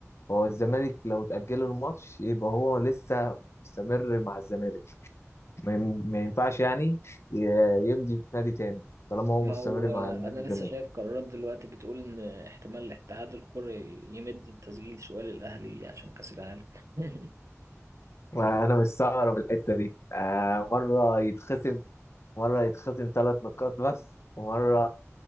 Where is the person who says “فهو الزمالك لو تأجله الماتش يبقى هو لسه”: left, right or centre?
Left